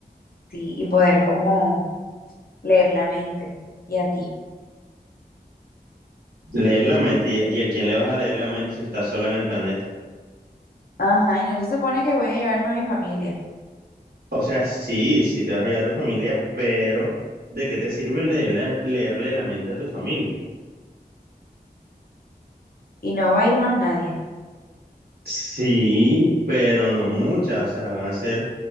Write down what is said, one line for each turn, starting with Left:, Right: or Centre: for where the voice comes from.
Left: sí, y poder como leer la mente. Y a ti.
Right: Leer la mente. ¿Y, a- y a quién le vas a leer la mente si estás sola en el planeta?
Left: Ajá, y no se supone que voy a llevarme a mi familia.
Right: O sea, sí, sí te vas a llevar a tu familia, pero ¿de qué te sirve leerle, leerle la mente a tu familia?
Left: Y no va a ir más nadie.
Right: Sí, pero no muchas, o sea, van a ser,